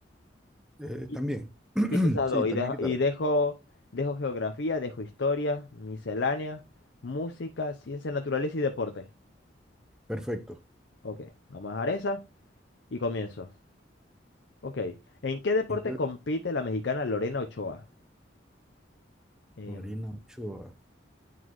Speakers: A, in the centre; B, on the left.
A: eh,
B: Qui-
A: también. <clears throat>
B: Quito esas
A: Sí,
B: dos
A: también
B: y dejo,
A: quítala.
B: y dejo, dejo geografía, dejo historia, miscelánea, música, ciencia, naturaleza y deporte.
A: Perfecto.
B: Ok, vamos a dejar esa y comienzo. Ok, ¿en qué deporte
A: ¿En qué?
B: compite la mexicana Lorena Ochoa? Em,
A: Corina Ochoa.